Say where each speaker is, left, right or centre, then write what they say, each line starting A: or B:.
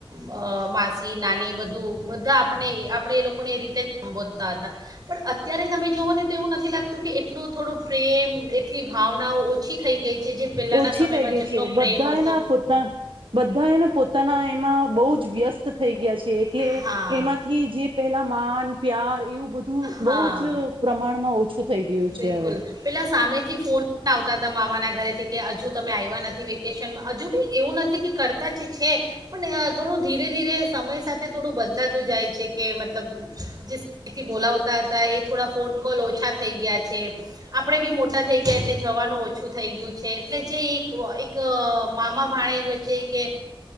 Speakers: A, on the right; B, on the right.
A: અ માસી, નાની બધું બધા આપણે-આપણે એ લોકોને એ રીતે સંબોધતા હતા પણ અત્યારે તમે જોઓ ને એવું નથી લાગતું કે એટલું થોડું પ્રેમ એટલી ભાવનાઓ ઓછી થઈ ગઈ. છે જે પહેલાંના
B: ઓછી
A: સમયમાં
B: થઈ ગઈ
A: જેટલો
B: છે બધાયના
A: પ્રેમ હતો
B: પોતા બધાયના પોતાના એમાં બહુ જ જ વ્યસ્ત થઈ ગયા છે. એટલે
A: હા
B: એમાંથી જે પેલા માન પ્યાર એવું બધું
A: હા
B: બહુ જ પ્રમાણમાં ઓછું થઈ ગયું
A: બિલકુલ
B: છે હવે
A: પેલા સામે જ થી ફોન આવતા હતા મામા ના ઘરેથી કે હજુ તમે આવ્યા નથી વેકેશનમાં હજુ બી એવું નથી કે કરતા જ છે પણ થોડું ધી ધીરે ધીરે સમય સાથે થોડું બદલાતું જાય છે. છે કે મતલબ જથી બોલા હોતા હતા એ થોડા ફોન કોલ ઓછા થ થઈ ગયા છે આપણે બી મોટા થઈ ગયા એટલે જવાનું ઓછું થઈ ગયું છે એટલે જે એક એક મામા ભાણે વચ્ચે કે